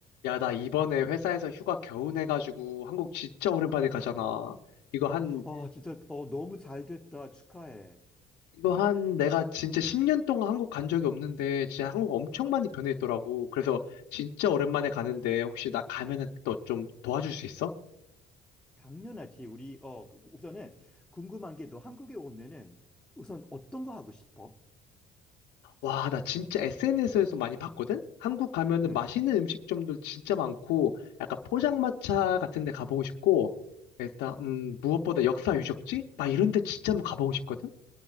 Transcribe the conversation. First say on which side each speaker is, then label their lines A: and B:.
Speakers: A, on the left; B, in the centre.
A: 야, 나 이번에 회사에서 휴가 겨우 내가지고 한국 진짜 오랜만에 가잖아. 이거 한,
B: 아, 진짜, 어, 너무 잘 됐다. 축하해.
A: 이거 한 내가 진짜 10년 동안 한국 간 적이 없는데 진짜 한국 엄청 많이 변했더라고. 그래서 진짜 오랜만에 가는데 혹시 나 가면은 너 좀 도와줄 수 있어?
B: 당연하지. 우리, 어, 그- 우선은 궁금한 게 너 한국에 오면은 우선 어떤 거 하고 싶어?
A: 와, 나 진짜 SNS에서 많이 봤거든? 한국 가면은
B: 응.
A: 맛있는 음식점도 진짜 많고 약간 포장마차 같은 데 가보고 싶고 일단, 음, 무엇보다 역사 유적지? 막 이런 데 진짜 한번 가보고 싶거든?